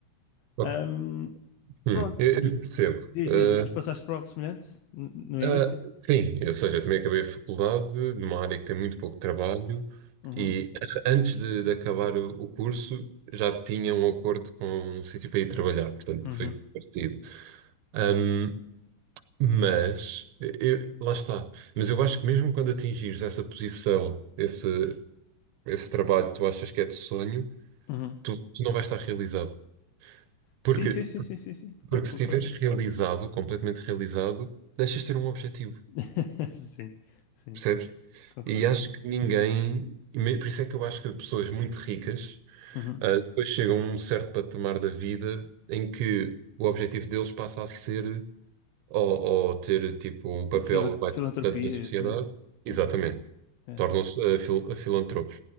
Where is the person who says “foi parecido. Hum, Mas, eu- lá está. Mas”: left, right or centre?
Right